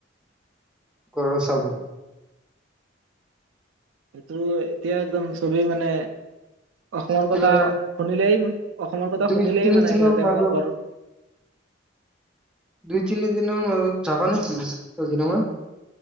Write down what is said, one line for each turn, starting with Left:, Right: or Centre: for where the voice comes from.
Centre: <unintelligible>
Right: সেইটো, এতিয়া একদম চবেই মানে অসমৰ
Centre: এতিয়া
Right: কথা শুনিলেই, অসমৰ কথা
Centre: দুই
Right: শুনিলেই
Centre: তিনি
Right: মানে
Centre: দিনৰ
Right: সিহঁতে
Centre: মাজত
Right: মানে <unintelligible>
Centre: দুই তিনি দিনৰ মাজত যাবা নেকি কাজিৰঙা?